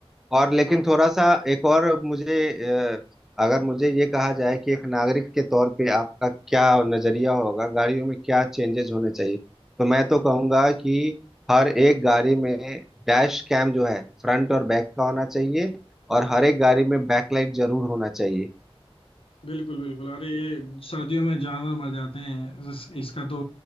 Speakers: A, in the centre; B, on the left.
A: और लेकिन
B: अ,
A: थोड़ा सा एक और मुझे अ, अगर मुझे ये कहा जाए कि एक नागरिक के तौर पे आपका क्या नजरिया होगा गाड़ियों में क्या चेंजेस होने चाहिए तो मैं तो कहूंगा कि हर एक गाड़ी में डैश कैम जो है फ्रंट और बैक का होना चाहिए और हर एक गाड़ी में बैकलाइट जरूर होना चाहिए
B: बिल्कुल बिल्कुल अरे ये सर्दियों में जानवर मर जाते हैं इस, इसका तो